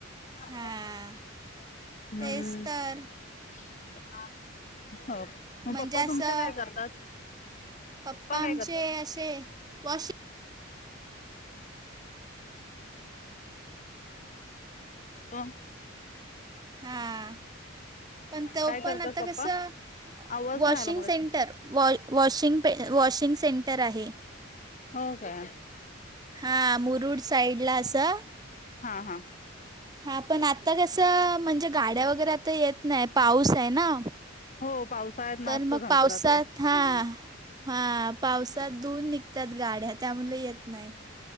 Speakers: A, on the left; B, on the right.
A: हम
B: हां तेच तर
A: हो मग
B: म्हणजे
A: पप्पा
B: असं
A: तुमच्या काय करतात
B: पप्प
A: पप्पा
B: आमचे
A: काय करतात
B: असे वॉशिंग
A: हो.
B: हां पण ते
A: काय
B: पण
A: करतात
B: आता
A: पप्पा
B: कसं
A: आवाज
B: वॉशिंग
A: नाही आला मगाशी
B: सेंटर वॉ वॉशिंग पे वॉशिंग सेंटर आहे.
A: हो का?
B: हा मुरुड साईड ला असा.
A: हा हा.
B: हा पण आता कसं म्हणजे गाड्या वगैरे आता येत नाही पाऊस आहे ना.
A: हो पावसाळ्यात ना
B: तर
A: असतो
B: मग
A: धंदा
B: पावसात
A: ते
B: हां.
A: हा
B: हा पावसात दुून निघतात गाड्या त्यामुळे येत नाही.